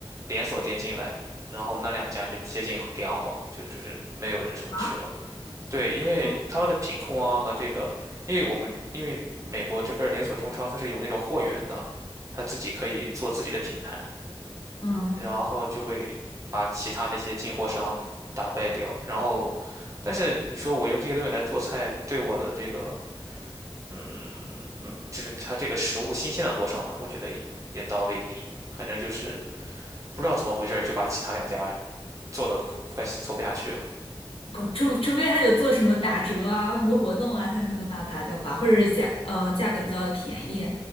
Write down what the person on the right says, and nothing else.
连锁店进来，然后那两家就接近凉了，就就是没有人什么去了。
对，因为他们的品控啊和这个，
因为我们因为美国这边儿连锁中超它是有那种货源的，它自己可以做自己的品牌，
然后就会把其他那些进货商打败掉。然后，但是你说我用这些东西来做菜，对我的这个，嗯嗯，就是它这个食物新鲜了多少呢？我觉得也也倒未必，反正就是不知道怎么回事儿就把其他两家做的快快做不下去了。